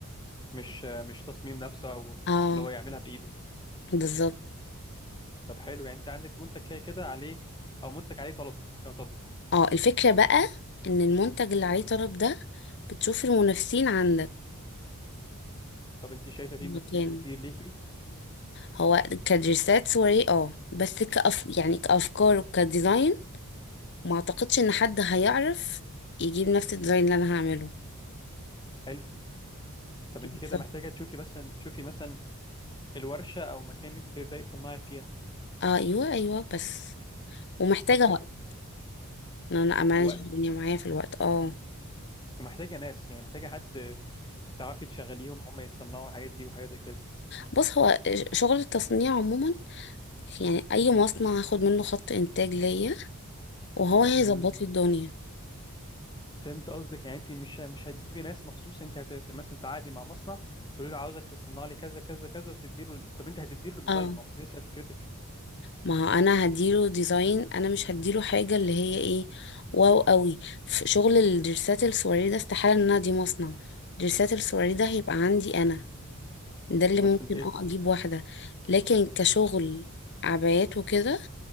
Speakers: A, on the left; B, on the left.
A: مش مش تصميم نفسه او
B: اه
A: اللي هو يعملها بايده
B: بالظبط
A: طب حلو يعني انت عندك منتج كده كده عليه او منتج عليه طلب يعتبر
B: اه الفكرة بقى ان المنتج اللي عليه طلب ده بتشوف المنافسين عندك
A: طب انت شايفه
B: في
A: فيه
B: المكان
A: منافسين كتير ليكي
B: هو كدرسات صورية اه بس كأف يعني كأفكار وكديزاين ما اعتقدش ان حد هيعرف يجيب نفس الديزاين اللي انا هعمله
A: حلو طب انت
B: بالظبط
A: كده محتاجه تشوفي بس تشوفي مثلا الورشه او مكان اللي انت تبداي تصنعي فيها
B: اه ايوه ايوه بس ومحتاجة
A: طب حلو
B: وقت ان انا امانج
A: و...
B: الدنيا معايا في الوقت اه
A: أمم. ومحتاجه ناس يعني محتاجه حد تعرفي تشغليهم هم يصنعوا الحاجات دي وحاجات زي كده
B: بص هو شغل التصنيع عموما يعني اي مصنع هاخد منه خط انتاج ليا وهو هيظبط
A: امم
B: لي الدنيا
A: فهمت قصدك يعني انت مش مش هتجيبي ناس مخصوص انت هت... مثلا تعاقدي مع مصنع تقولي له عاوزك تصنع لي كذا كذا كذا وتدي له طب انت هتدي له ديزاين
B: اه
A: ما ممكن يسأل فكرتك
B: ما هو انا هديله ديزاين انا مش هديله حاجه اللي هي ايه واو قوي في شغل الدرسات السواري ده استحاله ان انا دي مصنع درسات السواري ده هيبقى عندي انا ده اللي
A: بس
B: ممكن
A: متهيألي
B: اه اجيب واحدة لكن كشغل عبايات وكده